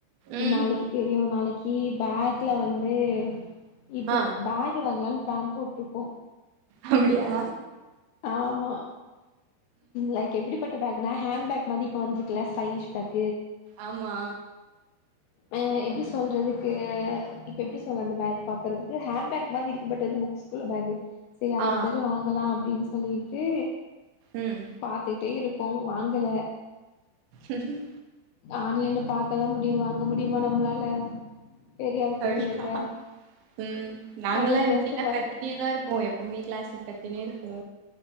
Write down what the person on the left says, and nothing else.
நாளைக்கி தெரியு நாளைக்கி பேக்ல வந்து இது
பேக் வாங்கலான்னு ப்ளான் போட்ருக்கோ
ஆமா லைக் எப்பிடிப்பட்ட பேக்னா ஹேண்ட் பேக் மாரி இப்ப வந்துருக்குல்ல ஸ்டைலிஷ் பேக்
ஆ எப்டி சொல்றதுக்கு இப்ப எப்டி சொல்ல அந்த பேக் பாக்கறதுக்கு ஹேண்ட் பேக் இன்னாது இருக்க பட் வந்து புக்ஸ்குள்ள பேக்கு செரி ஆறு
பேரு வாங்கலா அப்டின் சொல்லிட்டு
பாத்துட்டே இருப்கோ வாங்கல
ஆன்லைன்ல பாக்கதா முடியு வாங்க முடியுமா நம்ளால பெரிய ஆட்கள்
இல்ல
நாங்க ஜஸ்ட்
வ